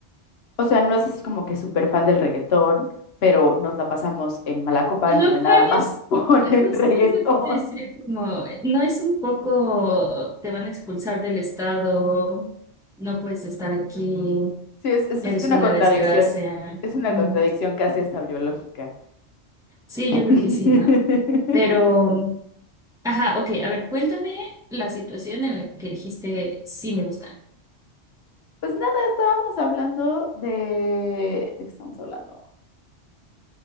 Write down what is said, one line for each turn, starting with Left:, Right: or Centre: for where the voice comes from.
Left: O sea, no es así como que súper fan del reggaetón, pero nos la pasamos en Malacopa,
Centre: Lo
Left: en donde
Centre: cual
Left: nada más
Centre: es
Left: <laughs> ponen
Centre: justo
Left: reggaetón.
Centre: lo que te decía, como, eh, no es un poco, te van a expulsar del estado, no puedes estar aquí.
Left: Sí, es, es,
Centre: Eres
Left: es una
Centre: una
Left: contradicción,
Centre: desgracia.
Left: es una
Centre: Ujú.
Left: contradicción casi hasta biológica.
Centre: Sí,
Left: <laughs>
Centre: yo creo que sí, ¿no? Pero, ajá, ok, a ver, cuéntame la situación en la que dijiste sí me gusta.
Left: Pues nada, estábamos hablando de... ¿De qué estábamos hablando?